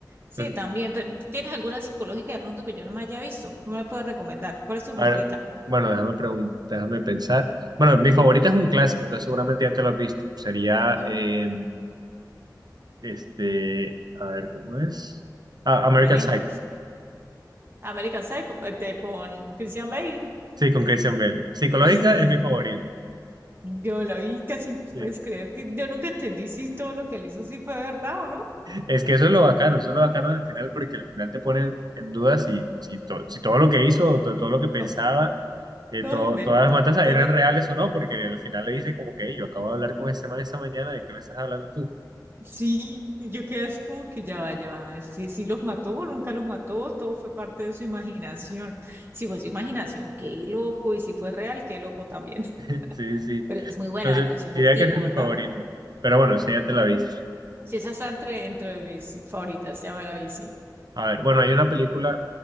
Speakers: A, on the right; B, on the right.
A: Sí,
B: Pues,
A: también, pero ¿tienes alguna psicológica de pronto que yo no me haya visto? ¿Qué me puedes recomendar? ¿Cuál es tu
B: a
A: favorita?
B: ver, bueno, déjame preguntar, déjame pensar. Bueno, mi favorita es un clásico, entonces seguramente ya te lo has visto. Sería,
A: ¿Cuál?
B: eh, este, a ver, ¿cómo es? Ah, American
A: Memento.
B: Psycho.
A: American Psycho, este, con Christian Bale.
B: Sí, con Christian Bale. Psicológica
A: Sí.
B: es mi favorita.
A: Yo la vi casi,
B: Sí.
A: puedes creer que yo nunca entendí si todo lo que él hizo sí fue verdad o no.
B: Es que eso es lo bacano, eso es lo bacano del final, porque al final te ponen en duda si, si, to- si todo lo que hizo, to- todo lo que pensaba,
A: No,
B: eh,
A: todo
B: todo-
A: lo invento.
B: todas las matanzas
A: todo
B: eran
A: lo-
B: reales o no, porque al final le dice como que "Ey, yo acabo de hablar con este man esta mañana, ¿de qué me estás hablando tú?
A: Sí, y yo quedé así como que ya va, ya va. Sí, sí los mató o nunca los mató, todo fue parte de su imaginación. Si fue su imaginación, qué loco, y si fue real, qué loco también. <laughs>
B: <laughs> Sí, sí.
A: Pero es muy buena
B: Entonces,
A: la actuación
B: diría
A: del tipo,
B: que esa es
A: ¿verdad?
B: mi favorita. Pero bueno, esa ya te la viste.
A: Sí, esa está entre, entre mis favoritas, ya me la vi, sí.
B: A ver, bueno, hay una película